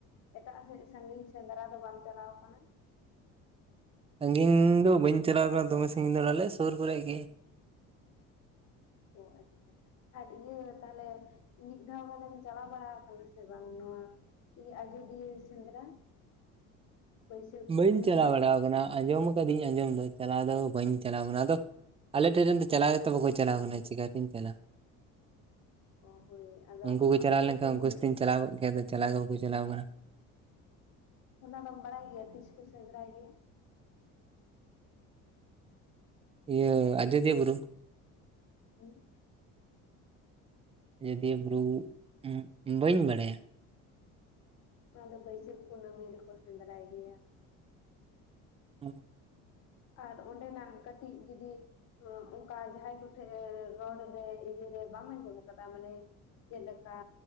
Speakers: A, on the left; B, on the right.
A: ᱮᱴᱟᱜ ᱥᱮᱫ ᱥᱟᱺᱜᱤᱧ ᱥᱮᱸᱫᱽᱨᱟ ᱫᱚ ᱵᱟᱢ ᱪᱟᱞᱟᱣ ᱟᱠᱟᱱᱟ?
B: ᱥᱟᱺᱜᱤᱧ ᱫᱚ ᱵᱟᱹᱧ ᱪᱟᱞᱟᱣ ᱟᱠᱟᱱᱟ ᱫᱚᱢᱮ ᱥᱟᱺᱜᱤᱧ ᱫᱚ ᱟᱞᱮ ᱥᱩᱨ ᱠᱚᱨᱮ ᱜᱮ ᱾
A: ᱚ ᱟᱪᱪᱷᱟ ᱾ ᱟᱨ ᱤᱭᱟᱹ ᱛᱟᱦᱞᱮ ᱢᱤᱫ ᱫᱷᱟᱣ ᱜᱟᱱᱮᱢ ᱪᱟᱞᱟᱣ ᱵᱟᱲᱟ ᱟᱠᱟᱱᱟ ᱥᱮ ᱵᱟᱝ ᱱᱚᱣᱟ ᱤᱭᱟᱹ ᱟᱡᱚᱫᱤᱭᱟᱹ ᱥᱮᱸᱫᱽᱨᱟ?
B: <inaudible>
A: ᱵᱟᱹᱭᱥᱟᱹᱠᱷ
B: ᱵᱟᱹᱧ
A: ᱠᱩᱱᱟᱹᱢᱤ
B: ᱪᱟᱞᱟᱣ ᱵᱟᱲᱟᱣ ᱟᱠᱟᱱᱟ ᱾ ᱟᱸᱡᱚᱢ ᱟᱠᱟᱫᱤᱧ ᱟᱸᱡᱚᱢ ᱫᱚ ᱪᱟᱞᱟᱣ ᱫᱚ ᱵᱟᱹᱧ ᱪᱟᱞᱟᱣ ᱟᱠᱟᱱᱟ ᱾ ᱟᱫᱚ ᱟᱞᱮ ᱴᱷᱮᱱ ᱨᱮᱱ ᱫᱚ ᱪᱟᱞᱟᱣ ᱜᱮᱛᱚ ᱵᱟᱠᱚ ᱪᱟᱞᱟᱣ ᱟᱠᱟᱱᱟ ᱪᱤᱠᱟᱹᱛᱤᱧ ᱪᱟᱞᱟᱜ-ᱟ᱾ <inaudible>
A: ᱚ ᱦᱳᱭ ᱟᱫᱚ
B: ᱩᱱᱠᱩ ᱠᱚ ᱪᱟᱞᱟᱣ
A: ᱞᱟᱹᱭᱫᱟᱹᱧ
B: ᱞᱮᱱᱠᱷᱟᱱ ᱩᱱᱠᱩ ᱥᱟᱣᱛᱤᱧ ᱪᱟᱞᱟᱣ ᱠᱚᱜ ᱜᱮᱭᱟ ᱟᱫᱚ ᱪᱟᱞᱟᱣ ᱜᱮ ᱵᱟᱠᱚ ᱪᱟᱞᱟᱣ ᱟᱠᱟᱱᱟ᱾
A: ᱚᱱᱟ ᱫᱚᱢ ᱵᱟᱲᱟᱭ ᱜᱮᱭᱟ ᱛᱤᱥ ᱠᱚ ᱥᱮᱸᱫᱽᱨᱟᱭ ᱜᱮᱭᱟ?
B: ᱤᱭᱟᱹ ᱟᱡᱫᱤᱭᱟᱹ ᱵᱩᱨᱩ?
A: ᱦᱮᱸ ᱾
B: ᱟᱡᱚᱫᱤᱭᱟᱹ ᱵᱩᱨᱩ ᱩᱸ ᱵᱟᱹᱧ ᱵᱟᱲᱟᱭᱟ ᱾
A: ᱚᱱᱟ ᱫᱚ ᱵᱟᱹᱭᱥᱟᱹᱠᱷ ᱠᱩᱱᱟᱹᱢᱤ ᱨᱮ ᱠᱚ ᱥᱮᱸᱫᱽᱨᱟᱭ ᱜᱮᱭᱟ ᱾
B: <inaudible>
A: ᱟᱨ ᱚᱸᱰᱮᱱᱟᱜ ᱠᱟᱹᱴᱤᱡ ᱡᱩᱫᱤ ᱚᱱᱠᱟ ᱡᱟᱦᱟᱸᱭ ᱠᱚᱴᱷᱮᱱ ᱨᱚᱲ ᱨᱮ ᱤᱭᱟᱹ ᱨᱮ ᱵᱟᱢ ᱟᱸᱡᱚᱢ ᱟᱠᱟᱫᱟ ᱢᱟᱱᱮ ᱪᱮᱫ ᱞᱮᱠᱟ